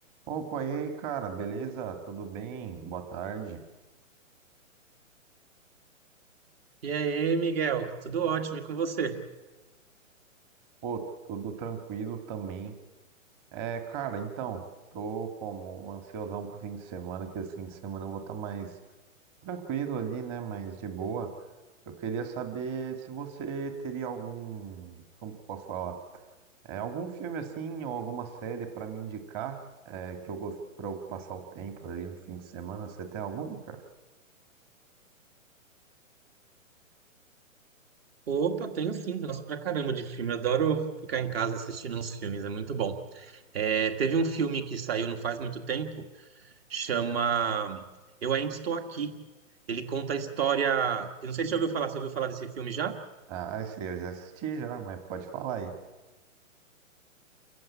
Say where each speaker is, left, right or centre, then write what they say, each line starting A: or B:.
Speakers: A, on the right; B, on the right.
A: Opa, e aí, cara, beleza? Tudo bem? Boa tarde.
B: E aí, Miguel? Tudo ótimo e com você?
A: Pô, tudo tranquilo também. É, cara, então, tô como um ansiosão pro fim de semana, que esse fim de semana eu vou estar mais tranquilo ali, né? Mais de boa. Eu queria saber se você teria algum, como que eu posso falar? É, algum filme assim, ou alguma série pra me indicar, é, que eu gosto pra eu passar o tempo ali no fim de semana. Você tem alguma, cara?
B: Opa, tenho sim, gosto pra caramba de filme. Adoro ficar em casa assistindo uns filmes, é muito bom. É, teve um filme que saiu não faz muito tempo, chama Eu Ainda Estou Aqui. Ele conta a história. Eu não sei se você já ouviu falar, você ouviu falar desse filme já?
A: Ah, esse eu já assisti já, mas pode falar aí.